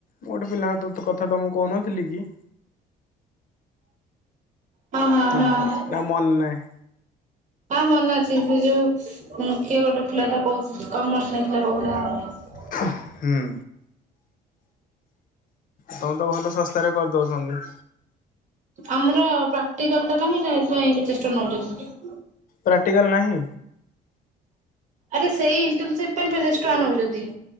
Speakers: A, on the left; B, on the right.
A: ମୁଁ ଗୋଟେ ପିଲାଙ୍କ ତା କଥା ତମକୁ କହୁନଥିଲି କି?
B: ହଁ ହଁ
A: ଚାହିଁ
B: ହଁ
A: ନା ମନ ନାହିଁ?
B: ହଁ ମନେ ଅଛି ସେ ଯୋଉ କିଏ ଗୋଟେ ପିଲାଟା କହୁ କମର୍ସ ନେଇଥିଲା କହୁଥିଲା। ହଁ। ହ
A: ହୁଁ ତମେ ତ ଭଲ ଶ ସ୍ତାରେ କରିଦଉଛନ୍ତି।
B: ଆମର ପ୍ରାକ୍ଟିକାଲ ଟା ନାହିଁ ତ? ସେଇଥି ପାଇଁ ପଚାଷ ଟଙ୍କା ନଉଛନ୍ତି।
A: ପ୍ରାକ୍ଟିକାଲ ନାହିଁ?
B: ଆରେ ସେଇ ଇଣ୍ଟନସିିପ ପାଇଁ ପଚାଶ ଟଙ୍କା ନଉଛନ୍ତି।